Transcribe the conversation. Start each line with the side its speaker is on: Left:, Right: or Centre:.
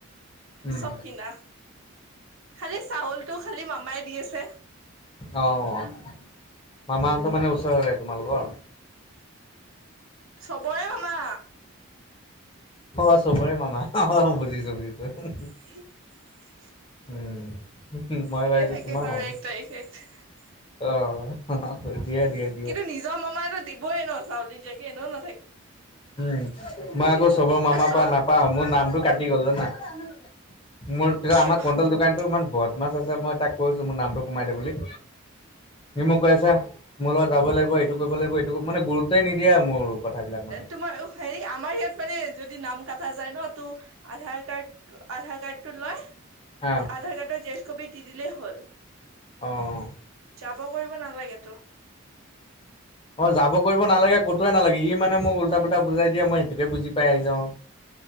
Left: উম
Right: চব কিনা খালি চাউলতটো খালি মামাই দি আছে।
Left: অ' মামাহতৰ মানে ওচৰৰে তোমালোকৰ?
Right: চবৰে মামা।
Left: অ', চবৰে মামা অ', বুজিছোঁ বুজিছোঁ।
Right: <inaudible>
Left: উম, মই
Right: দিয়ে
Left: ভাবিছোঁ
Right: থাকে
Left: তোমাৰ মামা।
Right: <unintelligible>
Left: অ', দিয়া দিয়া।
Right: কিন্তু নিজৰ মামাটো দিবই ন' চাউল নিদিয়াকে এনেও নাথাকে।
Left: উম, মই আকৌ চবৰ
Right: কিন্তু
Left: মামাৰ
Right: চ
Left: পৰা নাপাওঁ, মোৰ নামটো কাটি গ'ল জানা? মোৰ পিছত
Right: কিয়
Left: আমাৰ কনটল দোকানতো ইমান বদমাছ আছে মই তাক কৈছোঁ মোৰ নামটো সোমাই দে বুলি। তুমি মোক কৈ আছা, মোৰ লগত যাব লাগিব এইটো কৰিব লাগিব এইটো মানে গুৰুত্বে নিদিয়ে আৰু মোৰ কথাবিলাক মানে।
Right: তোমাৰ হেৰি আমাৰ ইয়াত মানে যদি নাম কটা যায় ন' টো আধাৰ কাৰ্ড আধাৰ কাৰ্ড টো লয়।
Left: হা
Right: আধাৰ কাৰ্ডৰ জেৰক্স কপি দি দিলেই হ'ল।
Left: অ'।
Right: যাব কৰিব নালাগেতো।
Left: অ', যাব কৰিব নালাগে কতোৱে নালাগে, ই মানে মোক উল্টা-পোল্টা বুজাই দিয়ে মই সেইটোকে বুজি পাই আহি যাও।